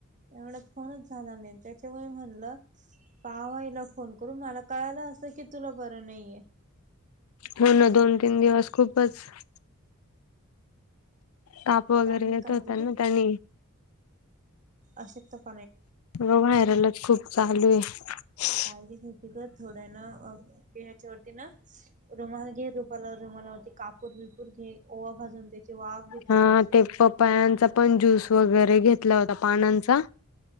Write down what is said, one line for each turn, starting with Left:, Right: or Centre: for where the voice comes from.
Right: एवढ्यात फोनंच झाला नाहीं त्यांच्यामुळे म्हणलं. पाहावां ईला फोन करूंन मला कळाल असं की तुला बरं नाहीे आहे.
Left: होनां दोन तीनं दिवस खूपचं. तांप वगैरे
Right: चांगली
Left: येतं
Right: काळजी
Left: होता नां त्यांनी.
Right: अशक्त तरं.
Left: मंग वांयरलचं खूंप चालूं आहे.
Right: काळजी घ्यांयची ग थोड्या ना पिळा हच्या वरती नां रुमांल घे. रुमांला वरती कापूर विपूर घे ओवा भाजूंन घे. थोडीशी
Left: हा ते पपायांचा पणं ज्यूस वगैरे घेतलां होता पानांचा.